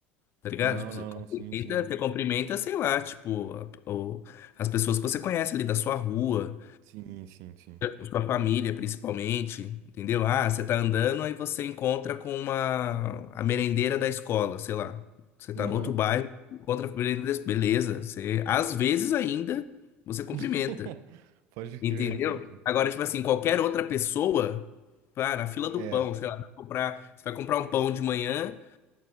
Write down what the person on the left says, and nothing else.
tá ligado?
Tipo,
você cumprimenta,
você cumprimenta, sei lá, tipo, a- o- as pessoas que você conhece ali da sua rua,
da sua família principalmente, entendeu? Ah, você tá andando, aí você encontra com uma, a merendeira da escola, sei lá. Você tá
no outro bairro, encontra a merendeira, da- beleza. Você, às vezes ainda, você cumprimenta.
Entendeu?
Agora, tipo assim, qualquer outra pessoa, pá, na fila do
pão, sei lá, vai comprar, você vai comprar um pão de manhã,